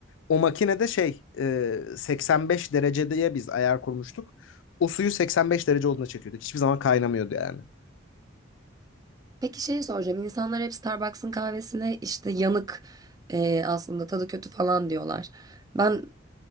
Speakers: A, on the left; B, on the right.
A: O makinede şey e, 85 dereceye biz ayar kurmuştuk. O suyu 85 derece olduğuna çekiyorduk. Hiçbir zaman kaynamıyordu yani.
B: Peki şey soracağım. İnsanlar hep Starbucks'ın kahvesine işte yanık e, aslında tadı kötü falan diyorlar. Ben